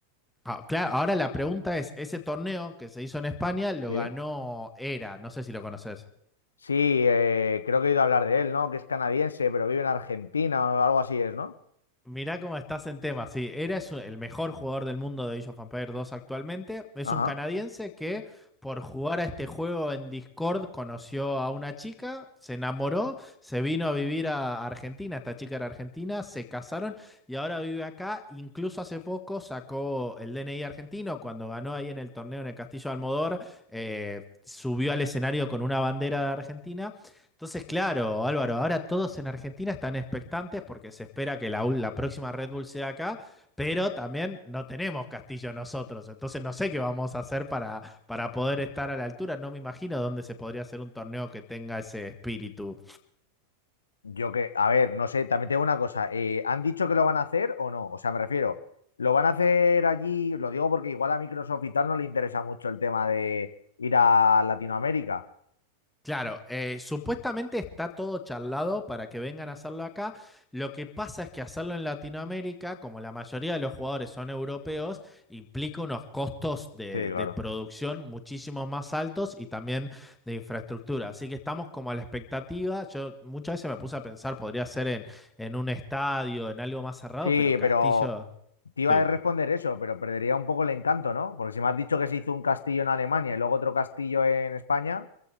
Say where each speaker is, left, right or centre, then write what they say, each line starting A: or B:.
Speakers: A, in the centre; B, on the left.
A: ah, claro, ahora la pregunta es, ese torneo que se hizo en España lo
B: Sí.
A: ganó Era, no sé si lo conoces.
B: Sí, eh, creo que he oído hablar de él, ¿no? Que es canadiense, pero vive en Argentina o algo así es, ¿no?
A: Mirá cómo estás en tema. Sí, eres el mejor jugador del mundo de Age of Empires dos actualmente. Es
B: Ajá.
A: un canadiense que por jugar a este juego en Discord conoció a una chica, se enamoró, se vino a vivir a Argentina. Esta chica era argentina, se casaron y ahora vive acá. Incluso hace poco sacó el DNI argentino cuando ganó ahí en el torneo en el Castillo de Almodóvar. eh, subió al escenario con una bandera de Argentina entonces, claro, Álvaro, ahora todos en Argentina están expectantes porque se espera que la, u- la próxima Red Bull sea acá, pero también no tenemos Castillo nosotros. Entonces, no sé qué vamos a hacer para, para poder estar a la altura. No me imagino dónde se podría hacer un torneo que tenga ese espíritu
B: Yo que, a ver, no sé, también tengo una cosa. eh, ¿han dicho que lo van a hacer o no? O sea, me refiero, ¿lo van a hacer allí? Lo digo porque igual a Microsoft y tal no le interesa mucho el tema de ir a Latinoamérica.
A: Claro, eh, supuestamente está todo charlado para que vengan a hacerlo acá. Lo que pasa es que hacerlo en Latinoamérica, como la mayoría de los jugadores son europeos, implica unos costos de,
B: Sí, claro.
A: de producción muchísimo más altos y también de infraestructura. Así que estamos como a la expectativa. Yo muchas veces me puse a pensar, podría ser en, en un estadio, en algo más cerrado,
B: Sí,
A: pero Castillo,
B: pero te iba
A: sí,
B: a responder eso, pero perdería un poco el encanto, ¿no? Porque si me has dicho que se hizo un castillo en Alemania y luego otro castillo en España,